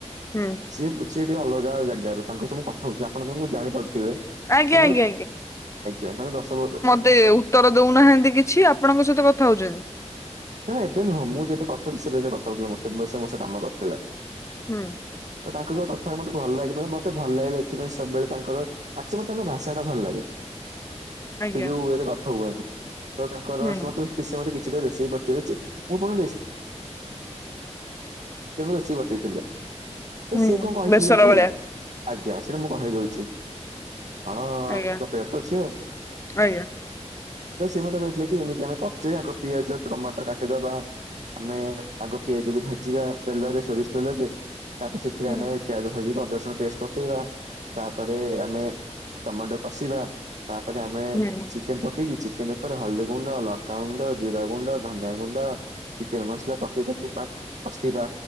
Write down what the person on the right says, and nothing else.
ସିଏ ସିଏ ଟିକେ ଅଲଗା ଜାଗାରୁ ତାଙ୍କ ସ ମୁଁ କ ଥା ହଉଥିଲି ଆପଣ ତାଙ୍କୁ ଜାଣିପାରୁଥିବେ
ତାଙ୍କର
ଆଜ୍ଞା ତାଙ୍କ ଦଶ ବ <unintelligible>
ନାଇଁ ଏବେ ନୁହଁ ମୁଁ ଯେବେ କଥା <unintelligible> ସେବେ ସେ କଥା ହଉଥିଲେ ମୋର୍ <unintelligible> କାମ କରିଥିଲେ।
ତ ତାଙ୍କ ସ କଥା ମୋତେ ଭଲ ଲାଗିବ <unintelligible> ମତେ ଭଲ ଲାଗିଲା ଏଥିପାଇଁ ସବୁବେଳେ ତାଙ୍କର ଆକ୍ଚୁ ମ ତାଙ୍କ ଭାଷାଟା ଭଲ୍ ଲାଗେ।
ସେ ଯୋଉ ୱେରେ କଥା ହୁଅନ୍ତି ତ ତାଙ୍କର
ସେ ମତେ ସେ ମତେ କିଛିଟା ରେସିପି ବ <unintelligible> ସେ ମତେ ଚିକେନ୍ ର ରେସିପି ବତେଇ ଥିଲେ। ତ
ସିଏ କଁ କହିଥିଲେ
କି
ଆଜ୍ଞା ସେଟା ମୁଁ କହି ଦଉଚି। ଆଣ
ତ <unintelligible> ଅଛି ଆଉ।
ତ ସେ ମତେ କହିଥିଲେ କି ଏମିତି ଆମେ <unintelligible> ଆଗ ପିଆଜ ଟମାଟ କାଟିଦବା ଆମେ ଆଗ ପିଆଜକୁ ଭାଜିବା ତେଲରେ ସୋରିଷ ତେଲରେ। ତାପେ ସେଥିରେ
ଆମେ ପିଆଜ ଭାଜିକି ଅଦା ରସୁଣ ପେଷ୍ଟ ପକେଇବା ତାପରେ ଆମେ ଟମାଟ କଷିବା ତାପରେ ଆମେ
ଚିକେନ୍ ପକେଇକି ଚିକେନ୍ ଉପରେ ହଳଦୀ ଗୁଣ୍ଡ ଲଙ୍କାଗୁଣ୍ଡ ଜିରା ଗୁଣ୍ଡ ଧନିଆ ଗୁଣ୍ଡ ଚିକେନ୍ ମସ୍ଲା ପକେଇ ତାକୁ <unintelligible> କଷିବା